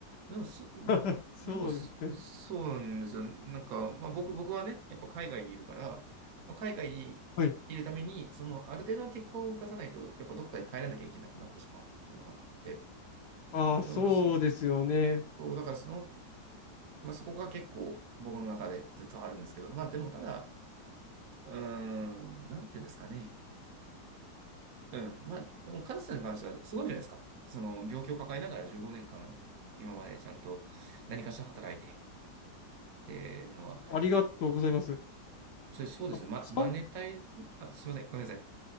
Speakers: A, on the right; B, on the left.
A: でも、そ、うんなんかそ、
B: <laughs> そうですね。
A: そうなんですよ。なんか、まあ、僕、僕はね、やっぱ海外にいるから、まあ、海外にいるために、
B: はい。
A: その、ある程度の結果を出さないと、やっぱどっかで帰らなきゃいけなくなってしまうっていうのがあって、
B: ああ、
A: でも、
B: そうですよね。
A: そ、そうだからその、まあ、そこが結構僕の中でずっとあるんですけど、まあ、でも、ただ、うーん、なんていうんですかね。うん。まあ、でも、カズさんに関してはすごいじゃないですか。その、病気を抱えながら15年間、今までちゃんと何かしら働いて、っていうのは、
B: ありがとうございます。
A: それそうですね。
B: あ、
A: ま、
B: 参
A: マネタイズ、あ、すいません。ごめんなさい。